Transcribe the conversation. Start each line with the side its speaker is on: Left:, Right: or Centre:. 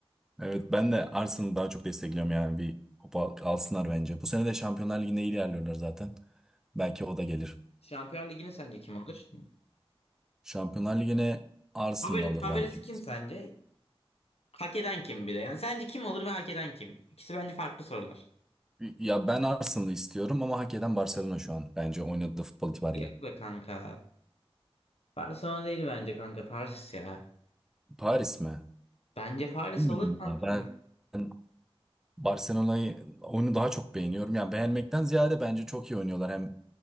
Centre: Evet, ben de Arsenal'ı daha çok destekliyorum yani bir kupa alsınlar bence. Bu sene de Şampiyonlar Ligi'nde iyi ilerliyorlar zaten. Belki o da gelir.
Left: Şampiyon Ligi'ni sence kim alır?
Centre: Şampiyonlar Ligi'ne Arsenal
Left: Favori,
Centre: alır
Left: favorisi
Centre: bence.
Left: kim sence? Hak eden kim bir de? Yani sence kim alır ve hak eden kim? İkisi bence farklı sorular.
Centre: Ya ben Arsenal'ı istiyorum ama hak eden Barcelona şu an bence oynadığı futbol itibariyle.
Left: Yok be kanka. Barcelona değil bence kanka. Paris ya.
Centre: Paris mi?
Left: Bence Paris
Centre: Bilmiyorum
Left: alır kanka.
Centre: ya. Ben ben Barcelona'yı oyunu daha çok beğeniyorum. Yani beğenmekten ziyade bence çok iyi oynuyorlar. Hem